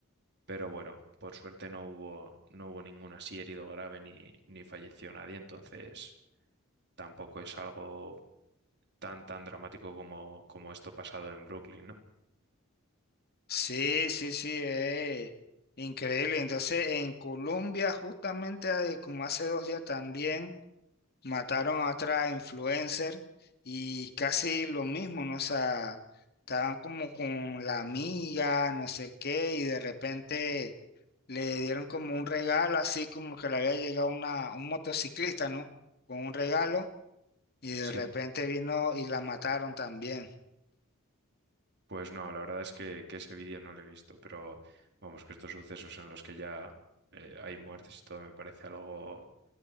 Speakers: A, on the right; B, on the left.
A: Pero bueno, por suerte no hubo, no hubo ningún así herido grave ni, ni falleció nadie, entonces tampoco es algo tan, tan dramático como, como esto pasado en Brooklyn, ¿no?
B: Sí, sí, sí, eh, increíble. Entonces, en Colombia, justamente eh, como hace dos días también, mataron a otra influencer y casi lo mismo, ¿no? O sea, estaban como con la amiga, no sé qué, y de repente le dieron como un regalo, así como que le había llegado una, un motociclista, ¿no? Con un regalo, y de
A: Sí,
B: repente vino y la mataron también.
A: pues no, la verdad es que, que ese vídeo no lo he visto, pero vamos, que estos sucesos en los que ya eh, hay muertes y todo me parece algo